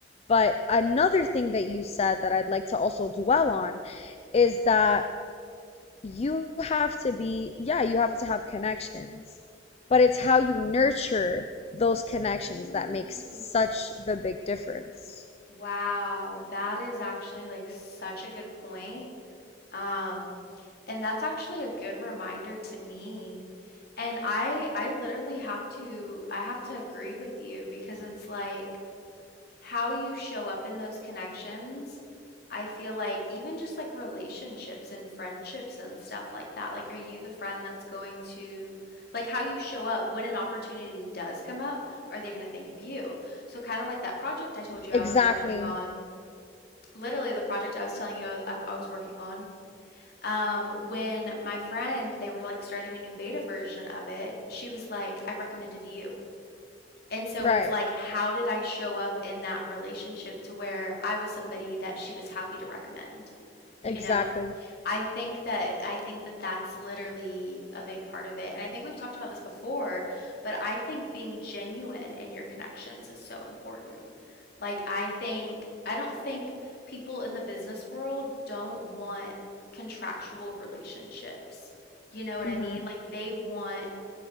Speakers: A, on the left; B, on the left.
A: but another thing that you said that I'd like to also dwell on is that you have to be, yeah, you have to have connections, but it's how you nurture those connections
B: Ooh.
A: that makes such the big difference.
B: Wow, that is actually like such a good point. Um, and that's actually a good reminder to me. And I I literally have to I have to agree with you because it's like how you show up in those connections. I feel like even just like relationships and friendships and stuff like that. Like, are you the friend that's going to, like, how you show up when an opportunity does come up? Are they going to think of you? So, kind of like that project I told you I
A: Exactly.
B: was working on, literally the project I was telling you I, i was working on. Um, when my friend, they were like starting a new beta version of it, she was like, I recommended you. And so
A: Right.
B: it's like, how did I show up in that relationship to where I was somebody that she was happy to recommend,
A: Exactly.
B: you know? I think that I think that that's literally a big part of it. And I think we've talked about this before, but I think being genuine in your connections is so important. Like I think I don't think people in the business world don't want contractual relationships. You know what
A: Mm-hmm.
B: I mean? Like they want